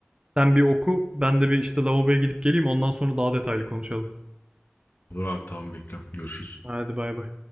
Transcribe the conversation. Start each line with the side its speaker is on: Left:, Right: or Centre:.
Right: Sen bir oku, ben de bir işte lavaboya gidip geleyim. Ondan sonra daha detaylı konuşalım.
Left: Olur abi tamam bekliyorum. Görüşürüz.
Right: Hadi bay bay.